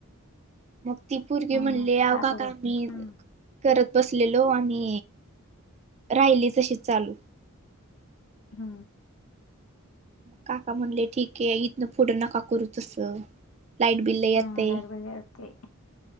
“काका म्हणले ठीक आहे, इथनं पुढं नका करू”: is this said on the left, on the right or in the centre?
Right